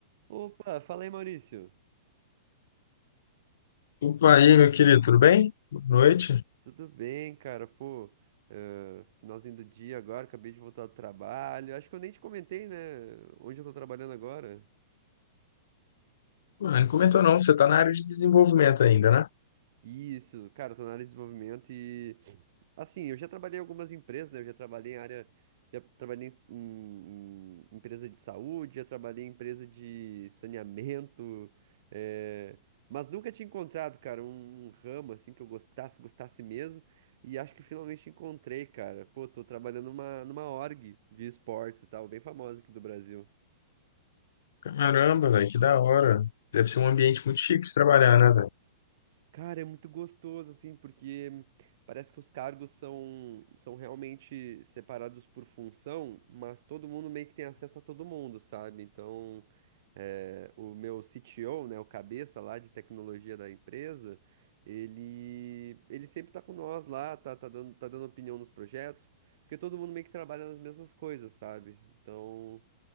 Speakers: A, on the right; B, on the left.
A: Opa, fala aí, Maurício.
B: Opa, aí, meu querido, tudo bem? Boa noite.
A: Tudo bem, cara? Pô, eh, finalzinho do dia agora, acabei de voltar do trabalho. Acho que eu nem te comentei, né? Onde eu tô trabalhando agora.
B: Mano, não comentou não, você tá na área de desenvolvimento ainda, né?
A: Isso, cara, eu tô na área de desenvolvimento e assim, eu já trabalhei em algumas empresas, né? Eu já trabalhei em área, já trabalhei em, em empresa de saúde, já trabalhei em empresa de saneamento, eh, mas nunca tinha encontrado, cara, um, um ramo assim que eu gostasse, gostasse mesmo. E acho que finalmente encontrei, cara. Pô, tô trabalhando numa, numa org de esportes e tal, bem famosa aqui do Brasil.
B: Caramba, velho, que da hora. Deve ser um ambiente muito chique de trabalhar, né, velho?
A: Cara, é muito gostoso, assim, porque parece que os cargos são, são realmente separados por função, mas todo mundo meio que tem acesso a todo mundo, sabe? Então, é, o meu CTO, né, o cabeça lá de tecnologia da empresa, ele, ele sempre tá com nós lá, tá, tá dando, tá dando opinião nos projetos, porque todo mundo meio que trabalha nas mesmas coisas, sabe? Então.